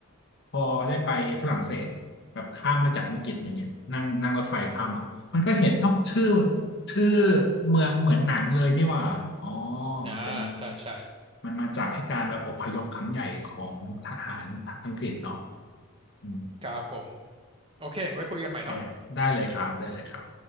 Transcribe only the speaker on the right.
อืม
อ่าใช่ใช่
ครับผมโอเคไว้คุยกันใหม่เนาะ